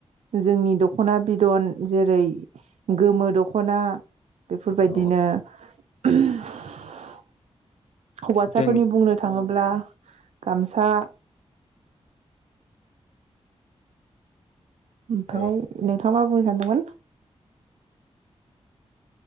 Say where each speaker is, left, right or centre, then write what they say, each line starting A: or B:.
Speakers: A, on the right; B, on the left.
A: जोंनि द'खना बिदन जेरै गोमो द'खना बेफोरबायदिनो।
B: औ
A: <inaudible> हौवासाफोरनि
B: जोंनि
A: बुंनो थाङोब्ला गामसा ओमफाय
B: औ
A: <unintelligible> माबा बुंनो सानदोंमोन?